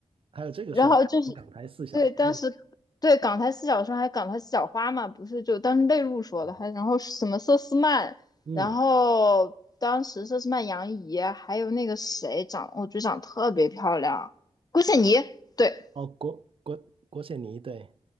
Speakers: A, on the right; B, on the left.
A: 还有这个说法港台四小时，
B: 然后就是对当时对港台四小生还有港台四小花嘛，
A: 为什
B: 不是就当时内陆说的，
A: 么
B: 还然后什么佘诗曼，
A: 嗯，
B: 然后当时佘诗曼、杨怡，还有那个谁长，我觉得长得特别漂亮，郭羡妮，对，
A: 哦，郭郭郭羡妮对，